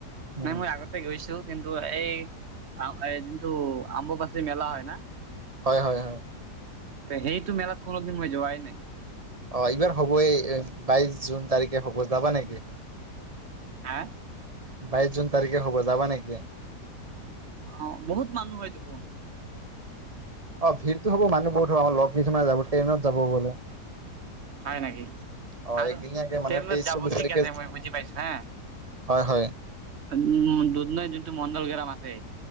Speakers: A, on the right (about 20°); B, on the right (about 50°).
A: উম
B: নাই মই আগতে- তে গৈছোঁ, কিন্তু এই আ এইটো যোনটো অম্বুবাচী মেলা হয় না।
A: হয় হয় হয়।
B: সেইটো মেলাত কোনোদিন মই যোৱাই নাই।
A: অ', এইবাৰ হ'বয়ে, বাইশ জুন তাৰিখে হ'ব, যাবা নেকি?
B: অ',
A: বাইশ জুন তাৰিখে হ'ব, যাবা নেকি?
B: অ', বহুত মানুহ হয় দেখোন।
A: অ', ভিৰতো হ'ব, মানুহ বহুত হ'ব। লগ কিছুমানে যাব, ট্ৰেইনত যাব বোলে।
B: হয় নেকি,
A: অ
B: আৰু
A: একদিনীয়াকে মানে
B: ট্ৰেইনত
A: তেইশ
B: যাব
A: চৌবিশ
B: ঠিক
A: তাৰিখে
B: আছে, মই বুজি পাইছোঁ হা।
A: হয় হয়।
B: উম্, দুধ নাইট, যোনটো মণ্ডল গৰম আছে।